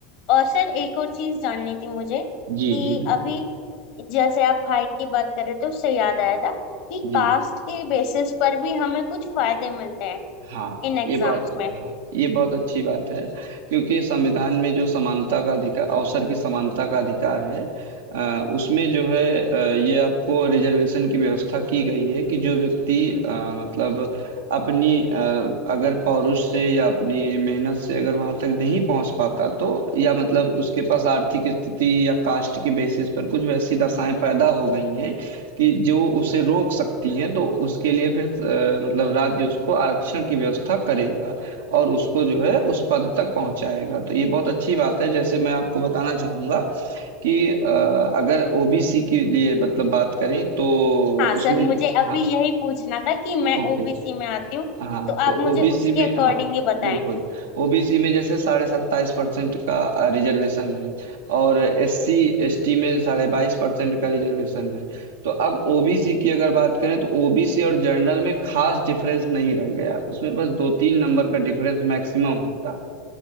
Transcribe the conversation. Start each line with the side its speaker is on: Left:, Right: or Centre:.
Left: और सर एक और चीज जाननी थी मुझे
Right: जी,
Left: कि
Right: जी, बिल्कुल।
Left: अभी जैसे आप हाइट की बात कर रहे थे उससे याद आया था कि
Right: जी,
Left: कास्ट के बेसिस पर भी हमें कुछ फायदे मिलते हैं
Right: हाँ,
Left: इन एग्जाम्स
Right: ये बहुत
Left: में
Right: हाँ, ये बहुत अच्छी बात है क्योंकि संविधान में जो समानता का अधिकार अवसर की समानता का अधिकार है अ, उसमें जो है अ, ये आपको रिजर्वेशन की व्यवस्था की गई है कि जो व्यक्ति अ, मतलब अपनी अ, अगर पौरुष से या अपनी मेहनत से अगर वहां तक नहीं पहुंच पाता तो या मतलब उसके पास आर्थिक स्थिति या कास्ट के बेसिस पर कुछ वैसी दशाएं पैदा हो गई हैं कि जो उसे रोक सकती हैं तो उसके लिए फिर अ, मतलब राज्य उसको आरक्षण की व्यवस्था करेगा और उसको जो है उस पद तक पहुंचाएगा तो ये बहुत अच्छी बात है जैसे मैं आपको बताना चाहूंगा कि अ, अगर ओबीसी के लिए मतलब बात करें तो
Left: हाँ
Right: उसमें
Left: सर मुझे अभी
Right: हाँ
Left: यही पूछना था कि मैं
Right: ओके
Left: ओबीसी में आती हूँ
Right: हाँ
Left: तो आप
Right: तो
Left: मुझे
Right: ओबीसी
Left: उसके
Right: में
Left: अकॉर्डिंग
Right: हाँ
Left: ही बताएं
Right: बिल्कुल ओबीसी में जैसे साढ़े सत्ताईस परसेंट का रिजर्वेशन है और एससी एसटी में साढ़े बाईस परसेंट का रिजर्वेशन है तो अब ओबीसी की अगर बात करें तो ओबीसी और जनरल में खास डिफरेंस नहीं रह गया उसमें बस दो तीन नंबर का डिफरेंस मैक्सिमम होता है